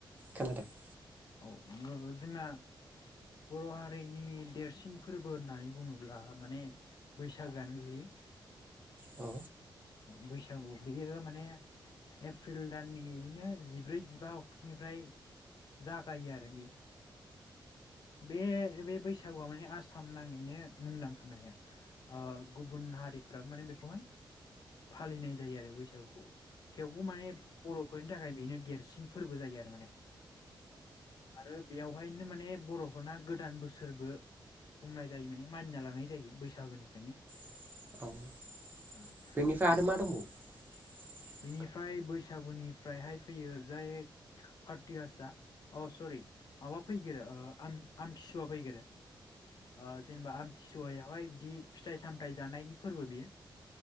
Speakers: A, on the right (about 20°); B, on the left (about 50°).
A: खानादों
B: औ जोंना बर' हारिनि देरसिन फोरबो होननानै बुङोब्ला माने बैसागोआनो गोग्लैयो।
A: औ
B: बैसागु बेयो माने एप्रिल दाननि नो बिदिनो जिब्रै जिबा अक्ट'निफ्राय जागायो आरो बेयो बे बे बैसागुआ माने आसाम नाङैनो मुंदांखा माने ओ गुबुन हारिफ्राबो माने बेखौहाय फालिनाय जायो आरो बैसागुखौ थेवबो माने बर'फोरनि थाखाय बेनो देरसिन फोरबो जायो आरो माने। आरो बेयावहायनो माने बर'फोरना गोदान बोसोरबो बुंनाय जायो माने मानिना लानाय जायो बैसागोनिफ्रायनो
A: <inaudible>
B: ओ उम बिनिफ्राय बैसागुनिफ्रायहाय फैयो जाय काति गासा अ सरि माबा फैग्रोयो ओ आमथिसुवा फैगोरो ओ जेनेबा आमथिसुवायावहाय बिदि बिदि फिथाइ सामथायाइ जानायनि फोरबो बियो